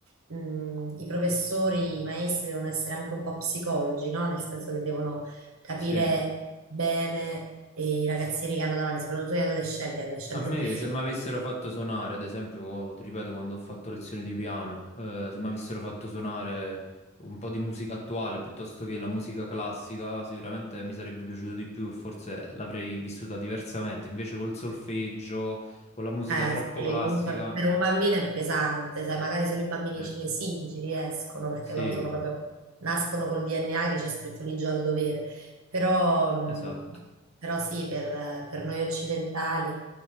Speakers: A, on the right; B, on the left.
A: mh, i professori, i maestri devono essere anche un po' psicologi, no? Nel senso che devono capire
B: sì.
A: bene i ragazzini che hanno davanti, soprattutto gli adolescenti, gli adolescenti
B: A me,
A: è difficile.
B: se mi avessero fatto suonare, ad esempio, ti ripeto, quando ho fatto lezioni di piano, eh, se mi avessero fatto suonare un po' di musica attuale piuttosto che la musica classica, sicuramente mi sarebbe piaciuto di più e forse l'avrei vissuta diversamente. Invece col solfeggio, con la musica
A: Eh,
B: troppo
A: sì,
B: classica,
A: comunque per un bambino è pesante, sai, magari solo i bambini
B: eh,
A: cinesini ci riescono perché
B: sì,
A: loro sono proprio, nascono col DNA che c'è scritto lì già al dovere, però, mh,
B: esatto.
A: però sì, per, per noi occidentali